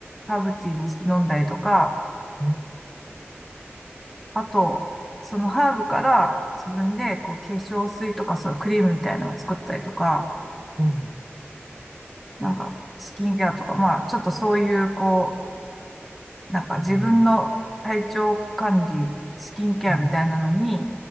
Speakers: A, in the centre; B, on the right (about 35°).
A: ハーブティーにして飲んだりとか、
B: うん、
A: あと、そのハーブから自分でこう化粧水とかそういうクリームみたいなのを作ったりとか、
B: はい、
A: なんかスキンケアとか、まあちょっとそういうこうなんか自分の体調管理、
B: うん、
A: スキンケアみたいなのに、
B: うん、